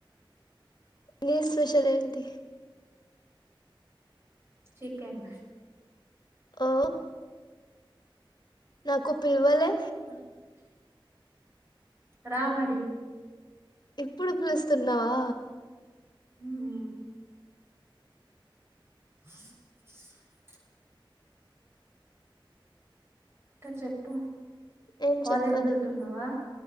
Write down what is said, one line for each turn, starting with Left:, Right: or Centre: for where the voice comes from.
Left: నీ స్పెషల్ ఏంటి
Right: చికెన్
Left: ఓ నాకు పిలవలే
Right: <inaudible> రామరి
Left: ఎప్పుడు పిలుస్తున్నావా
Right: ఉమ్ <inaudible> ఇంకా చెప్పు
Left: ఏం
Right: కాలేజ్
Left: చెప్పాలి
Right: వెళ్తున్నావా